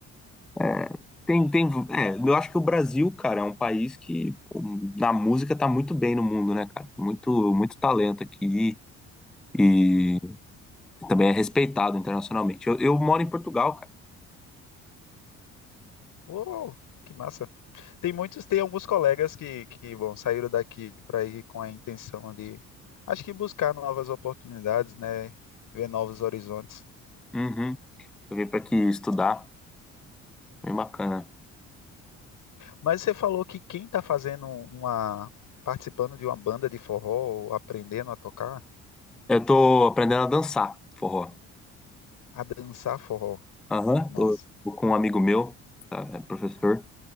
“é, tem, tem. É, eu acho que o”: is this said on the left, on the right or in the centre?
Centre